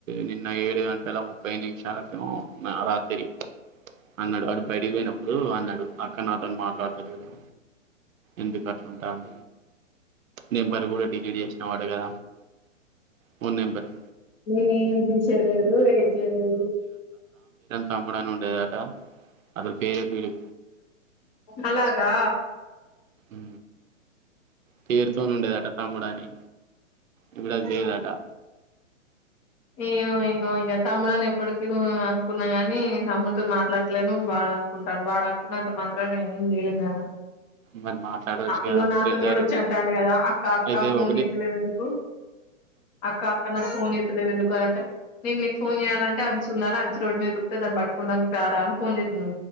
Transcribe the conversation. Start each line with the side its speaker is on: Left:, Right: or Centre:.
Right: నిన్న ఏడు గంట ఇలా ముప్పై నిమిషాలకు రాత్రి అన్నాడు అటు బయడిపోయినప్పుడు అన్నాడు అక్కను అతను మాట్లాడతలేడు ఎందుకు అట్లుంటా అ నేను కూడా డిలీట్ చేసిన వాటా కద మూన్ నెంబరు
Left: నేనేం తే చేలేదు ఏయిట్ చేయదు
Right: చబడను ఉండేదాటా అ పేరు
Left: అలాగా
Right: ఉ తీరుతో ఉండేద అట తమ్ముడని ఇప్పుడ జయదటా
Left: ఏమో ఏమో ఇగ తమ్ముడు అని ఎప్పటిక అనుకున్నా కాని తమ్ముడుతో మాట్లాడతలేను వాడు అనుకుంటాను వాడు అనుకున్నంత మాత్రనా ఏం చేయలే కదా
Right: మరి మాట్లాడవచ్చు
Left: ఇల
Right: కదా ఒకటేసారి
Left: నాతోని కూడా వచ్చి అంటాండి కదా అక్క అక్క
Right: అయితే
Left: ఫోన్
Right: ఒకటే
Left: చేస్తలే ఎందుకు అక్క అక్క నాకు ఫోన్ చేస్తలే ఎందుకు ఒక గంట నేను మీకు ఫోన్ చేయాలంట అంచు ఉండి అంచు రోడ్ మీద కుపితేన్ని పట్టుకుండానికి ప్రేరాలని ఫోన్ చేయదును